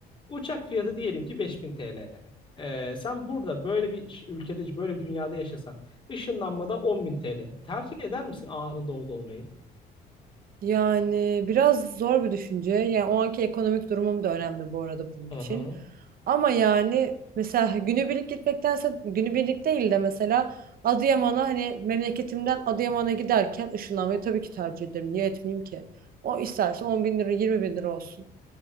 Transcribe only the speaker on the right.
Yani biraz zor bir düşünce. Yani o anki ekonomik durumum da önemli bu arada bunun
için.
Ama yani mesela günübirlik gitmektense günübirlik değil de mesela Adıyaman'a hani memleketimden Adıyaman'a giderken ışınlanmayı tabii ki tercih ederim. Niye etmeyeyim ki? O isterse 10 bin lira 20 bin lira olsun.